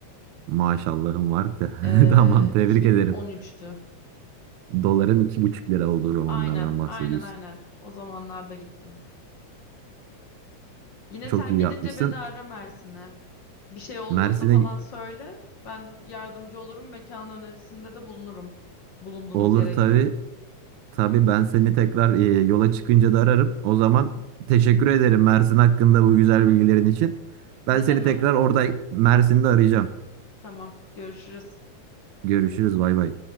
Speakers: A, on the right; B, on the left.
A: Maşallahım var. Te-
B: Ee,
A: <laughs> Tamam tebrik
B: 2013'tü.
A: ederim. Doların iki buçuk lira olduğu zamanlardan
B: Aynen,
A: bahsediyorsun.
B: aynen, aynen. O zamanlarda gittim. Yine
A: Çok
B: sen
A: iyi
B: gidince
A: yapmışsın.
B: beni ara Mersin'e. Bir şey olduğunda
A: Mersin'e
B: falan söyle. Ben yardımcı olurum. Mekan önerisinde de bulunurum. Bulunduğunuz
A: Olur
B: yere
A: tabii.
B: göre.
A: Tabii ben seni tekrar e, yola çıkınca da ararım. O zaman teşekkür ederim Mersin hakkında bu güzel bilgilerin için. Ben
B: Ne
A: seni
B: demek?
A: tekrar orada Mersin'de arayacağım.
B: Tamam, görüşürüz.
A: Görüşürüz bay bay.